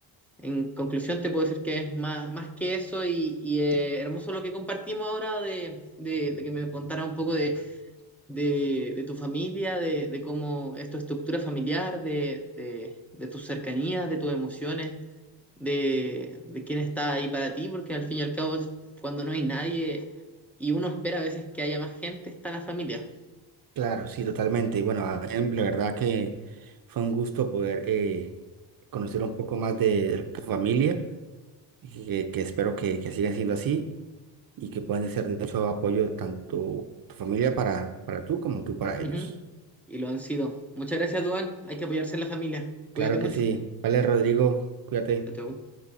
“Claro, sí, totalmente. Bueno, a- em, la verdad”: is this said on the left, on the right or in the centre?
Right